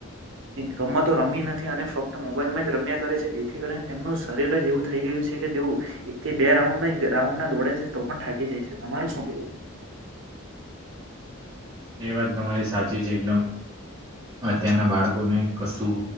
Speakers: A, on the right; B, on the right.
A: રમ તો રમી નથી અનેક્. મોબાઈલ માં જ રમ્યા કરે છે જેથી કરીને તેમનું શરીર જ એવું થઈ ગયું છે કે તેવું એકથી બે રાઉન્ડ. રાઉન્ડ ના દોડે છે તો પણ થાકી જાય છે તમારું શું કેવું છે.
B: એ વાત તમારી સાચી છે એકદમ. અત્યારના બાળકોને કશું